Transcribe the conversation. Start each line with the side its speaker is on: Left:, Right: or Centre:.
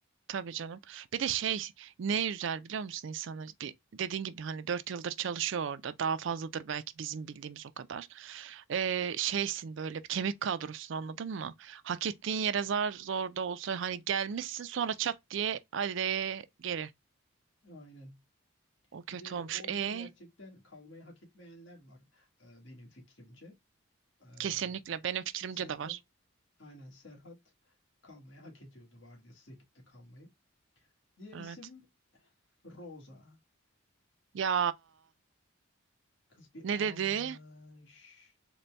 Right: Tabii canım. Bir de şey ne üzer biliyor musun insanı? Bir, dediğin gibi hani dört yıldır çalışıyor orada. Daha fazladır belki bizim bildiğimiz o kadar. Ee, şeysin böyle bir kemik kadrosun anladın mı? Hak ettiğin yere zar zor da olsa hani gelmişsin sonra çat diye hadi de geri.
Left: Aynen.
Right: O kötü
Left: Bir de
Right: olmuş.
Left: orada
Right: E
Left: gerçekten kalmayı hak etmeyenler var e, benim fikrimce. Ee,
Right: kesinlikle benim fikrimce
Left: Serhat
Right: de var.
Left: aynen Serhat kalmayı hak ediyordu vardiyasız ekipte kalmayı. Diğer
Right: Evet.
Left: isim Rosa.
Right: Ya
Left: Kız bir
Right: ne
Left: ağlamış.
Right: dedi?